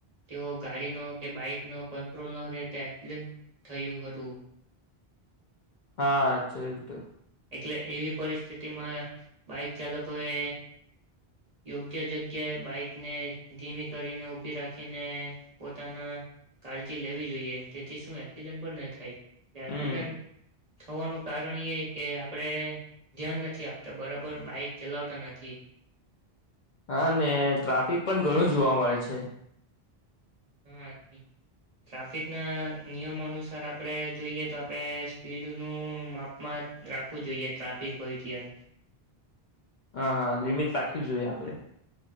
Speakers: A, on the right; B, on the left.
A: તેઓ ગાડીનો કે બાઈક નો કંટ્રોલ ન રહેતા એક્સિડન્ટ થયું હતું.
B: હા જોયું તું.
A: એટલે એવી પરિસ્થિતિમાં બાઈક ચાલકો એ યોગ્ય જગ્યાએ બાઈકને ધીમી કરીને, ઊભી રાખીને, પોતાના કાળજી લેવી જોઈએ તેથી શું એક્સિડન્ટ પણ ન થાય યાર.
B: હમ
A: એક્સડન થવાનું કારણ ઈ એ કે આપણેે ધ્યાન નથી આપતા, બરબર બાઈક ચલાવતા નથી.
B: હા ને ટ્રાફિક પણ ઘણું જોવા મળે છે.
A: <unintelligible> ટ્રાફિક ના નિયમો અનુસાર આપણે જોઈએ તો આપણેે સ્પીડનું માપમાં રાખવું જોઈએ ટ્રાફિક હોય ત્યારે.
B: હા, હા લિમિટ રાખવી જોઈએ આપડે.